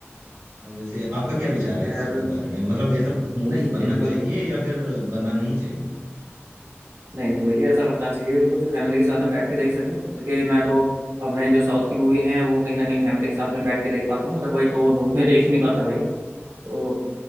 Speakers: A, on the right (about 85°); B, on the right (about 75°).
A: और वैसे आपका क्या विचार
B: तो खैर
A: है इसके बारे में मतलब ऐसा मूवीज
B: नहीं
A: बनना
B: बिल्कुल
A: चाहिए या फिर बनना नहीं चाहिए
B: नहीं नहीं भाई ऐसा करना चाहिए बिल्कुल जो फैमिली के साथ में बैठ के देख सकें बल्कि मैं तो अपने जो साउथ की मूवी है वो कहीं ना कहीं फैमिली के साथ में बैठ के देख पाता हूँ अदरवाइज तो मूवी में <laughs> देख ही नहीं पाता भाई तो